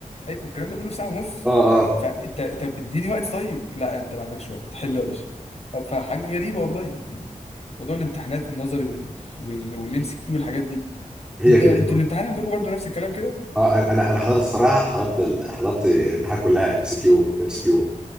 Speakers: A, on the left; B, in the centre.
A: اي والكلام ده كله في ساعه ونص
B: اه اه
A: فانت طب اديني وقت طيب لا انت ما عندكش وقت حلو يا باشا طب فحاجه غريبه والله يعني موضوع الامتحانات والنظري وال وال والام سي كيو والحاجات دي
B: هي
A: انت
B: كده
A: انتوا الامتحان عندكم برضو نفس الكلام كده
B: اه انا انا أنا حضرت الصراحه حضرت ال... حضرت الامتحانات كلها ام سي كيو ام سي كيو